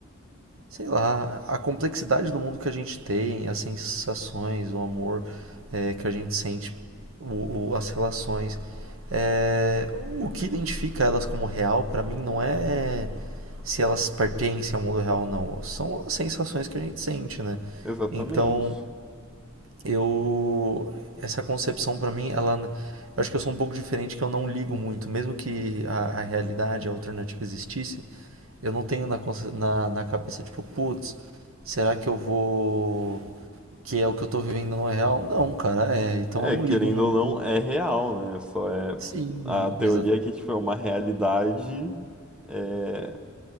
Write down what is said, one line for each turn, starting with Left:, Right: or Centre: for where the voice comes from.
Right: sei lá, a complexidade do mundo que a gente tem, as sensações, o amor é, que a gente sente, o, o- as relações, é, o que identifica elas como real, para mim, não é se elas pertencem ao mundo real ou não, são as sensações que a gente sente, né?
Centre: Exatamente.
Right: Então, eu essa concepção para mim, ela eu acho que eu sou um pouco diferente, que eu não ligo muito, mesmo que a, a realidade, a alternativa existisse, eu não tenho na, consci- na, na cabeça, tipo, putz, será que eu vou. Que é o que eu tô vivendo não é real? Não, cara, é. Então
Centre: É,
Right: eu não
Centre: querendo
Right: ligo muito.
Centre: ou não, é real, né? Só é
Right: Sim,
Centre: a teoria
Right: exa...
Centre: é que tipo é uma realidade é,